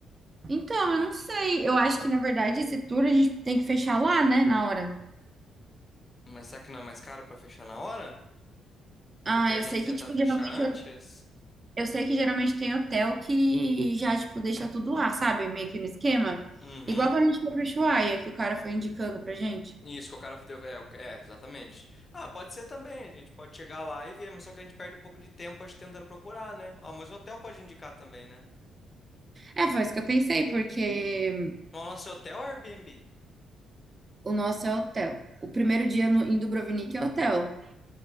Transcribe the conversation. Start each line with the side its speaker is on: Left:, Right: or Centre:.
Right: Então, eu não sei. Eu acho que, na verdade, esse tour a gente tem que fechar lá, né, na hora.
Left: Mas será que não é mais caro pra fechar na hora
Right: Ah,
Left: do que a
Right: eu
Left: gente
Right: sei
Left: tentar
Right: que, tipo,
Left: fechar
Right: geralmente
Left: antes?
Right: Eu sei que geralmente tem hotel que já, tipo, deixa tudo lá, sabe? Meio que no esquema.
Left: Uhum.
Right: Igual quando a gente foi pro Ushuaia, que o cara foi indicando pra gente.
Left: Isso, que o cara deu. É, o- é, exatamente. Ah, pode ser também. A gente pode chegar lá e ver, mas só que a gente perde um pouco de tempo a gente tentando procurar, né? Ah, mas o hotel pode indicar também, né?
Right: É, foi isso que eu pensei, porque
Left: Mas o nosso hotel é o Airbnb.
Right: o nosso é hotel. O primeiro dia no, em Dubrovnik é hotel.